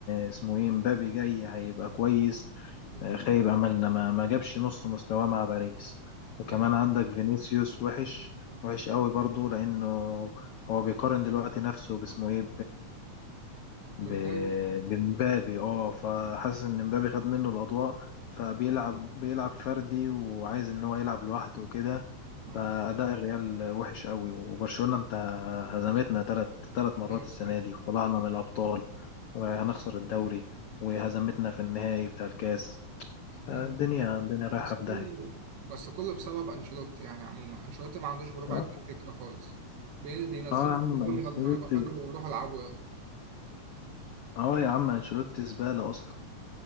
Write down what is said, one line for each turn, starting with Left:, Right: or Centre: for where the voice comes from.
Left: اسمه ايه مبابي جاي هيبقى كويس
Right: مم.
Left: آه، خيب أملنا ما, ما جابش نص مستواه مع باريس
Right: ده
Left: وكمان
Right: حاجة
Left: عندك فينيسيوس وحش وحش قوي برضو لأنه هو بيقارن دلوقتي نفسه باسمه ايه ب-
Right: بمبابي
Left: بمبابي اه فحاسس ان مبابي خد منه الاضواء فبيلعب بيلعب فردي وعايز ان هو يلعب لوحده وكده
Right: اه
Left: فاداء الريال وحش قوي وبرشلونة انت هزمتنا ثلاث ثلاث مرات
Right: ايوه
Left: السنة دي وطلعنا من الابطال وهنخسر الدوري وهزمتنا في النهائي بتاع الكاس الدنيا
Right: أيوة.
Left: الدنيا رايحة
Right: بس كله
Left: في داهية
Right: بس كله بسبب انشيلوتي يعني عموما انشيلوتي ما عندوش بربع
Left: اه
Right: جنيه فكره خالص بي- بينزلوا
Left: آه يا عم
Right: كلهم
Left: انشيلوتي
Right: يلا روح اجروا روح العبوا يلا
Left: اه يا عم انشيلوتي زبالة اصلا